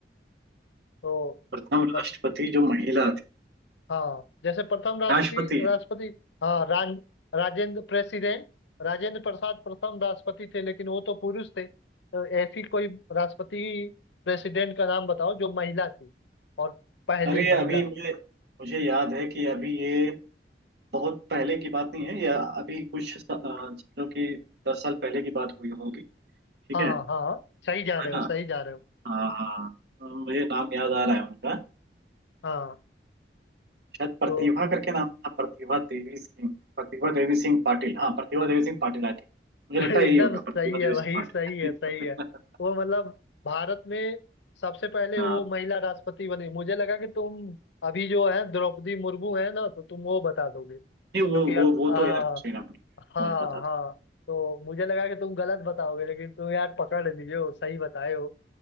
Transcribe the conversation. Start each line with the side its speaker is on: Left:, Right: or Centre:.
Left: तो
Right: प्रथम राष्ट्रपति
Left: बत,
Right: जो महिला थी
Left: हाँ जैसे प्रथम राष्ट्रपति
Right: राष्ट्रपति
Left: राष्ट्रपति हाँ रा, राजेंद्र प्रेसिडेंट राजेंद्र प्रसाद प्रथम राष्ट्रपति थे लेकिन वो तो पुरुष थे तो ऐसी कोई राष्ट्रपति प्रेसिडेंट का नाम बताओ जो महिला थी और पहली
Right: अरे
Left: महिला
Right: अभी मुझे मुझे याद है कि अभी ये बहुत पहले की बात नहीं है या अभी कुछ स- अ, समझो कि दस साल पहले की बात हुई होगी ठीक
Left: हाँ
Right: है
Left: हाँ सही जा रहे
Right: है
Left: हो
Right: ना
Left: सही जा रहे हो
Right: हाँ हाँ मुझे नाम याद आ रहा है उनका
Left: हाँ
Right: शायद प्रतिभा
Left: तो
Right: करके नाम था प्रतिभा देवी सिंह प्रतिभा देवी सिंह पाटिल हाँ प्रतिभा देवी सिंह पाटिल आई थिंक मुझे
Left: <laughs> एकदम
Right: लगता है यही होगा
Left: सही
Right: प्रतिभा देवी
Left: है भाई
Right: सिंह पाटिल
Left: सही है सही है वो मतलब भारत में सबसे पहले
Right: <laughs> हाँ
Left: वो महिला राष्ट्रपति बनी मुझे लगा कि तुम अभी जो है द्रौपदी मुर्मू है ना तो तुम वो बता दोगे क्योंकि
Right: नहीं वो वो
Left: अब
Right: वो
Left: आ,
Right: तो यार दूसरे नाम की है,
Left: हाँ
Right: तुम्हें पता
Left: हाँ
Right: था
Left: तो मुझे लगा कि तुम गलत बताओगे लेकिन तुम यार पकड़ लिए हो सही बताए हो